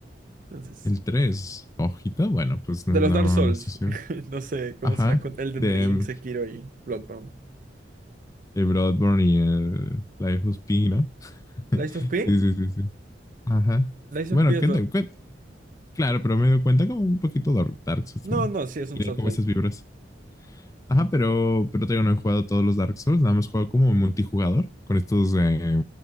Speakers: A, on the right; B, on the left.
A: Entonces,
B: el 3, hojita, bueno, pues
A: de
B: no, no
A: los Dark Souls,
B: no estoy seguro.
A: <laughs> no sé cómo
B: Ajá,
A: será con Elden
B: de
A: Ring,
B: mm,
A: Sekiro y Bloodborne.
B: el Bloodborne y el Life of P, ¿no? <laughs>
A: ¿Lies of P?
B: Sí, sí, sí, sí. Ajá.
A: ¿Lies of
B: Bueno,
A: P
B: cuenta,
A: es lo-
B: cuen- claro, pero me doy cuenta como un poquito Dark, Dark Souls,
A: No,
B: bueno.
A: no, sí, es
B: Tiene
A: un Soulslike.
B: como esas vibras. Ajá, pero, pero todavía no he jugado todos los Dark Souls, nada más he jugado como multijugador, con estos eh,